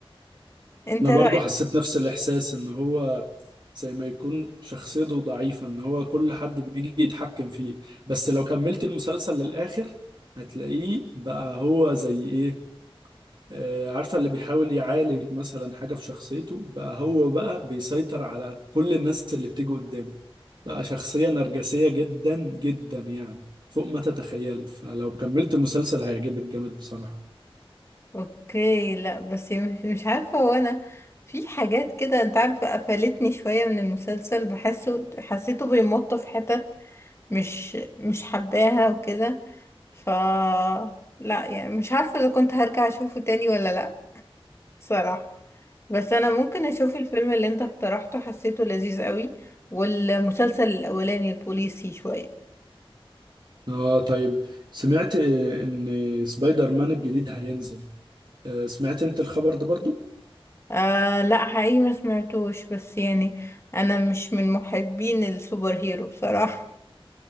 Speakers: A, on the left; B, on the right.
A: انت
B: انا
A: رأيك
B: برضو حسيت نفس الاحساس ان هو زي ما يكون شخصيته ضعيفة ان هو كل حد بيجي يتحكم فيه بس لو كملت المسلسل للاخر هتلاقيه بقى هو زي ايه آه، عارفة اللي بيحاول يعالج مثلا حاجة في شخصيته بقى هو بقى بيسيطر على كل الناس اللي بتيجي قدامه بقى شخصية نرجسية جدا جدا يعني فوق ما تتخيلي فلو كملت المسلسل هيعجبك جامد بصراحة
A: اوكي لا بس مش مش عارفة هو انا في حاجات كده انت عارفة قفلتني شوية من المسلسل بحسه حسيته بيمط في حتت مش مش حباها وكده ف لا يعني مش عارفة اذا كنت هرجع اشوفه تاني ولا لا صراحة بس انا ممكن اشوف الفيلم اللي انت اقترحته حسيته لذيذ قوي والمسلسل الاولاني البوليسي شوية
B: اه طيب سمعت آه، ان سبايدر مان الجديد هينزل آه، سمعت انت الخبر ده برضو
A: آه لا حقيقي ما سمعتوش بس يعني انا مش من محبين السوبر هيرو بصراحة